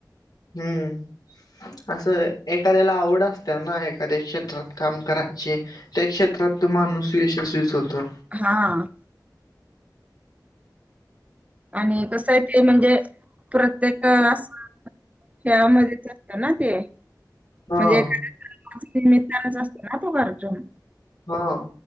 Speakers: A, on the left (about 65°); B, on the right (about 20°).
A: हम्म असं आहे एखाद्याला आवड असत्याना. एखाद्या क्षेत्रात काम करा चे त्या क्षेत्रात तो माणूस यशस्वीच होतो.
B: हां. आणि कसं हाय ते म्हणजे प्रत्येक असं शेयां मध्येच असत ना ते.
A: हा.
B: म्हणजे <inaudible> मित्रचा असतो ना तो अर्जुन.
A: हा.